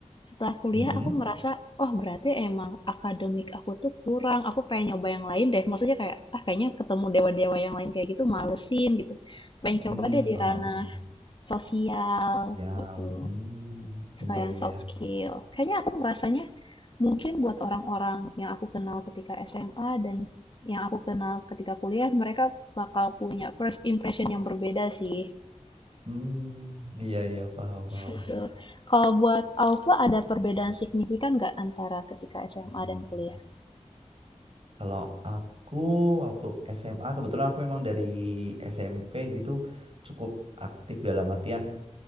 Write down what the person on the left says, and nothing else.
setelah kuliah
aku merasa, oh berarti emang akademik aku tuh kurang. Aku pengen nyoba yang lain deh. Maksudnya kayak, ah kayaknya ketemu dewa-dewa yang lain kayak gitu malesin gitu. Pengen
coba deh di
ranah
sosial
gitu.
Sekalian
soft skill. Kayaknya aku ngerasanya mungkin buat orang-orang yang aku kenal ketika SMA dan yang aku kenal ketika kuliah, mereka bakal punya first impression yang berbeda sih.
Betul. Kalau buat Alfa ada perbedaan signifikan nggak antara ketika SMA dan kuliah?